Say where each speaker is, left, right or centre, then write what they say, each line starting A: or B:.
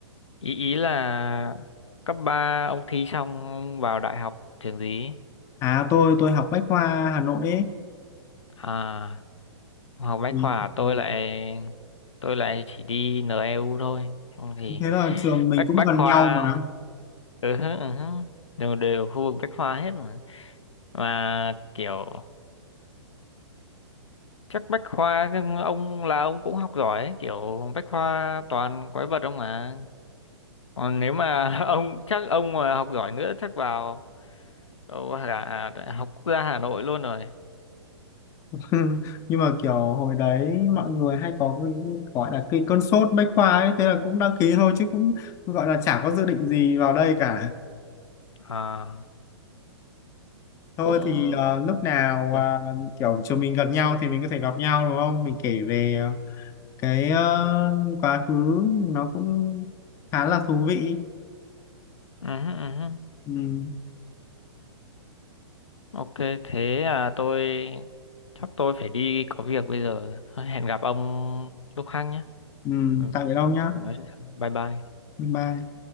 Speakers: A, on the left; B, on the left.
A: ý ý là cấp 3 ông thi xong ông vào đại học trường gì
B: À tôi tôi học Bách Khoa Hà Nội ấy.
A: à học bách
B: Thì,
A: khoa tôi
B: ừ,
A: lại tôi lại chỉ đi NEU thôi không thì
B: thế là trường mình
A: bách
B: cũng
A: bách
B: gần
A: khoa
B: nhau mà.
A: ừ, hứ, ừ, hứ, đều đều khu vực bách khoa hết mà mà kiểu chắc bách khoa ông là ông cũng học giỏi ấy, kiểu bách khoa toàn quái vật ông mà còn nếu mà <laughs> ông chắc ông mà học giỏi nữa chắc vào đâu là đại học quốc gia Hà Nội luôn rồi
B: <laughs> Nhưng mà kiểu hồi đấy mọi người hay có cái gọi là cái cơn sốt Bách Khoa ấy, thế là cũng đăng ký thôi chứ cũng gọi là chả có dự định gì vào đây cả.
A: à
B: Thôi
A: cũng
B: thì ờ, lúc nào
A: ừ,
B: à, kiểu trường mình gần nhau thì mình có thể gặp nhau đúng không? Mình kể về cái ờ, quá khứ nó cũng khá là thú vị.
A: ừ, ừ.
B: Ừ.
A: Ok, thế à tôi chắc tôi phải đi có việc bây giờ. Thôi, Hẹn gặp ông lúc khác nhé.
B: Ừ,
A: Ừ,
B: tạm biệt ông nhá.
A: mình nói chuyện sau. Bye bye.
B: Bye bye.